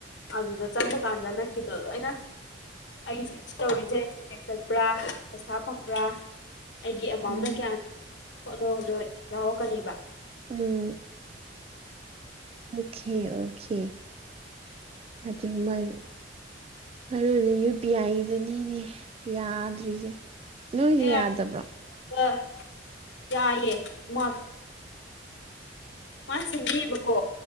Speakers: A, on the left; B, on the right.
A: ꯑꯗꯨꯗ ꯆꯪꯄ ꯀꯥꯟꯗ ꯅꯪꯒꯤꯗꯣ ꯂꯣꯏꯅ ꯑꯩꯁꯨ ꯁꯤ ꯇꯧꯔꯤꯁꯦ ꯆꯦꯛ ꯆꯠꯄ꯭ꯔꯥ ꯄꯩꯁꯥ ꯐꯪꯕ꯭ꯔꯥ ꯑꯩꯒꯤ ꯑꯃꯥꯎꯟꯅ
B: ꯎꯝ
A: ꯀꯌꯥꯅꯣ ꯍꯣꯠꯂꯣꯗꯣꯏ ꯌꯥꯎꯔꯣ ꯀꯕꯥ
B: ꯎꯝ ꯃꯈꯦ ꯑꯣ ꯈꯦ ꯍꯥꯏꯖ ꯍꯔ ꯃꯔꯨꯗꯤ ꯌꯨ ꯄꯤ ꯑꯥꯏꯗꯨꯅꯤꯅꯦ ꯌꯥꯗ꯭ꯔꯤꯁꯦ ꯅꯣꯏꯁꯦ
A: ꯑꯦꯒ
B: ꯌꯥꯗꯕ꯭ꯔꯣ
A: ꯌꯥꯏꯑꯌꯦ ꯃꯥ ꯃꯥꯁꯦꯅꯦꯕꯀꯣ